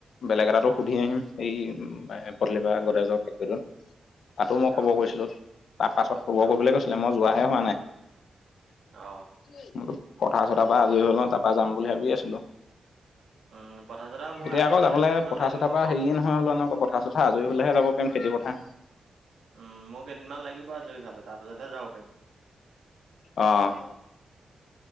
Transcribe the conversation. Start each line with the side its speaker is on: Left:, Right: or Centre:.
Left: বেলেগ এটাতো সুধি আহিম, এই পদূলিৰ পৰা গদজৰ <unintelligible> ফেক্ৰীত তাতো মই
Right: অ
Left: খবৰ কৰিছিলো। তাৰ পাছত খবৰ
Right: অ
Left: কৰিবলৈ কৈছিলে, মই যোৱাহে হোৱা নাই।
Right: অ'।
Left: মইতো পথাৰ চথাৰ পৰা আজৰি হ'ল ন' তাৰ পৰা যাম বুলি ভাবি আছিলো।
Right: উম পথাৰ চথাৰ মোৰ
Left: এতিয়া
Right: আজৰি
Left: আকৌ
Right: হোৱালে
Left: যাবলে
Right: কেইদিনমান
Left: পথাৰ
Right: লাগিব
Left: চথাৰ পৰা
Right: বাৰু
Left: হেৰি নহয় নয় হ'লে এনেক পথাৰ চথাৰ আজৰি হ'লেহে যাব পাৰিম খেতি পথাৰ।
Right: উম, মোৰ কেইদিনমান লাগিব, আজৰি হোৱালে, তাৰ পিছতহে যাব পাৰিম।
Left: অ'।